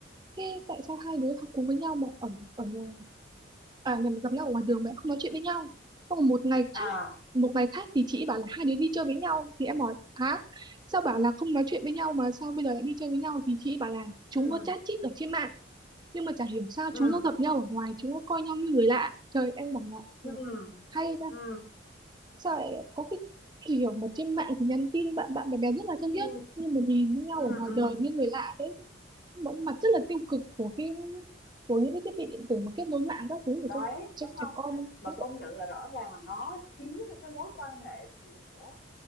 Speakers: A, on the right; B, on the left.
A: Thế tại sao hai đứa học cùng với nhau mà ở ở nhà à nhà mà gặp nhau ở ngoài đường mà em không nói chuyện với nhau xong rồi một ngày
B: à
A: khác một ngày khác thì chị bảo là hai đứa đi chơi với nhau thì em hỏi hả sao bảo là không nói chuyện với nhau mà sao bây giờ lại đi chơi với nhau thì chị bảo là chúng
B: ừ
A: nó chat chít ở trên mạng nhưng mà chả hiểu sao
B: ừ
A: chúng nó gặp nhau ở ngoài chúng nó coi nhau như người lạ trời em bảo là
B: ừ
A: "Ừ, hay ta
B: ừ
A: sao lại có cái kiểu mà trên mạng thì nhắn tin bạn bạn bè bè rất là thân
B: ừ
A: thiết nhưng mà nhìn với nhau
B: ừ ừ
A: ở ngoài
B: ừ.
A: đời như người lạ đấy vẫn mặt rất là tiêu cực của cái của những cái thiết bị điện tử mà kết nối mạng các thứ
B: đấy
A: để cho cho
B: thấy không
A: trẻ con
B: mà
A: các
B: công nhận là rõ ràng là nó khiến cho cái mối quan hệ của